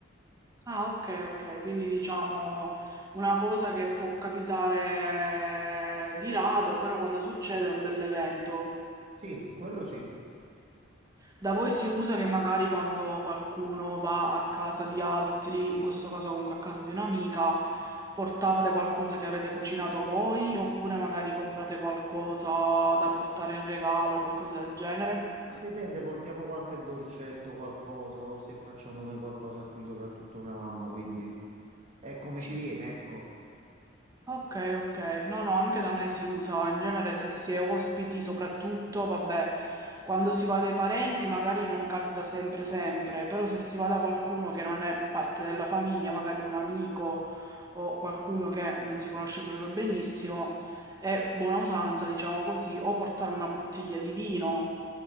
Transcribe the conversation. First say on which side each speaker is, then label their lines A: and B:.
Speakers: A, on the right; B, on the right.
A: Ah, ok, ok, quindi diciamo una cosa che può capitare di rado, però quando succede è un bell'evento.
B: Sì, quello sì.
A: Da voi si usa che magari quando qualcuno va a casa di altri, in questo caso comunque a casa di un'amica, portate qualcosa che avete cucinato voi, oppure magari comprate qualcosa da portare in regalo, qualcosa del genere?
B: Ma dipende, portiamo qualche dolcetto, qualcosa, o se facciamo noi qualcosa qui, soprattutto mia mamma, quindi è come
A: Sì.
B: ci viene, ecco.
A: Ok, ok. No, no, anche da me si usa. In genere se si è ospiti, soprattutto, vabbè, quando si va dai parenti magari non capita sempre sempre, però se si va da qualcuno che non è parte della famiglia, magari un amico o qualcuno che non si conosce proprio benissimo, è buona usanza, diciamo così, o portare una bottiglia di vino.